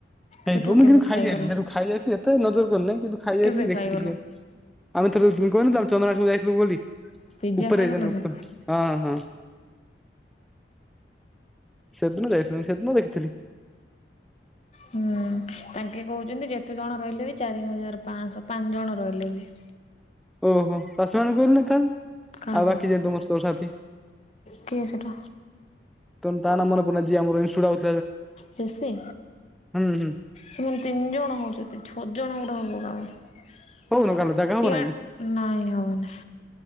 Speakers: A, in the centre; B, on the left.
A: ହେଇଥିବ
B: ସେଠୁ
A: ମୁଁ
B: କେବେ
A: କିନ୍ତୁ ଖାଇଯାଇଥିଲି
B: ଖାଇଗଲ
A: ସେଠୁ ଖାଇ ଯାଇଥିଲି ଏତେ ନଜର କରିନହିଁ କିନ୍ତୁ ଖାଇ ଯାଇଥିଲି
B: କେବେ ଖାଇଗଲ
A: ଦେଖିଥିଲି। ଆମ ଥର <unintelligible> ତମ ଚନ୍ଦ୍ର ଆ ଯ।
B: ପିଜ୍ଜା
A: <unintelligible> ଉପରେଦଣ
B: ଖାଇଗଲ ଯେ।
A: ଉପ ହଁ ହ। ସେଦିନ ଯାଇଥିଲ ସେଦିନ ଦେଖିଥିଲି।
B: ହୁଁ ତାଙ୍କେ କହୁଛନ୍ତି ଯେତେ ଜଣ ରହିଲେ ବି ଚାରି ହଜାର ପାଞ୍ଚଶହ ପାଞ୍ଚ ଜଣ ରହିଲେ ବି। <inaudible>
A: ଓହୋ ଚାଷୀ ମାନଙ୍କୁ କ ତାହେଲେ
B: କାହାକୁ
A: ଆଉ ବାକି ଯେହେତୁ ମୋ ସାଥି।
B: କିଏ ସେଟା
A: <unintelligible>
B: କେସେ?
A: ହୁଁ ହୁଁ
B: ସେମାନେ ତିନି ଜଣ ହଉଛନ୍ତି ଛଅ ଜଣ ଗୋଟେ ହବ
A: ହଉନ
B: କା।
A: କାଲି ଜାଗା ହବ
B: ଇଆଡ଼େ
A: ନାଇଁ କି?
B: ନାଇ ହବନି।